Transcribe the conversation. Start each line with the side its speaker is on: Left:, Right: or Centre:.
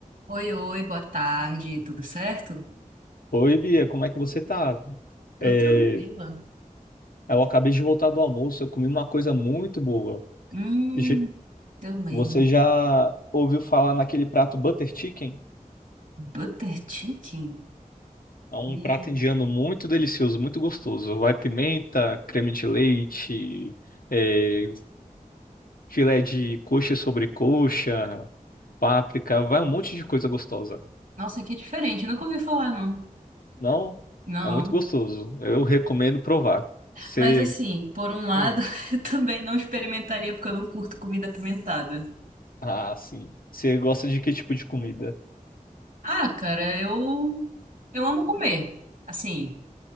Right: Oi, oi, boa tarde, tudo certo?
Left: Oi, Bia, como é que você tá?
Right: Tô
Left: É,
Right: tranquila.
Left: eu acabei de voltar do almoço, eu comi uma coisa muito boa.
Right: Hum,
Left: Je-
Right: também.
Left: Você já ouviu falar naquele prato Butter Chicken?
Right: Butter chicken?
Left: É um
Right: Hum,
Left: prato indiano muito delicioso, muito gostoso. Vai pimenta, creme de leite, é, filé de coxa sobre coxa, páprica, vai um monte de coisa gostosa.
Right: nossa, que diferente, nunca ouvi falar, não.
Left: Não?
Right: Não.
Left: É muito gostoso. Eu recomendo provar. Você.
Right: Mas assim, por um lado,
Left: Hum,
Right: <laughs> eu também não experimentaria porque eu não curto comida apimentada.
Left: ah, sim. Você gosta de que tipo de comida?
Right: Ah, cara, eu eu amo comer. Assim,